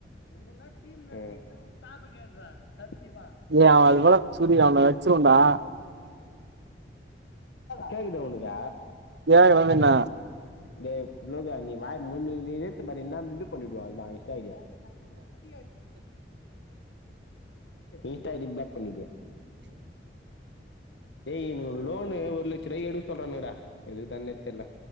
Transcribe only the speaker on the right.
ஏய் அவஇவள சூரி அவனை வச்சிருவண்டா
ஏ எனக்கென்ன